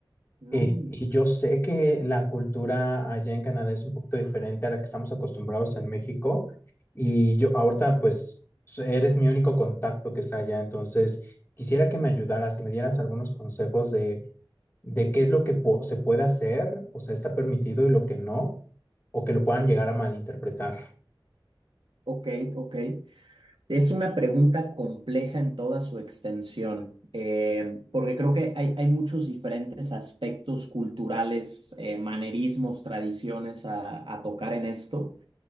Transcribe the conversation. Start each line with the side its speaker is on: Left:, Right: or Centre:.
Right: Mm,
Left: eh, y yo sé que la cultura allá en Canadá es un poquito diferente a la que estamos acostumbrados en México y yo ahorita pues so- eres mi único contacto que está allá, entonces quisiera que me ayudaras, que me dieras algunos consejos de de qué es lo que po- se puede hacer, o sea, está permitido y lo que no, o que lo puedan llegar a malinterpretar.
Right: ok, ok. Es una pregunta compleja en toda su extensión, eh, porque creo que hay, hay muchos diferentes aspectos culturales, eh, manerismos, tradiciones a, a tocar en esto.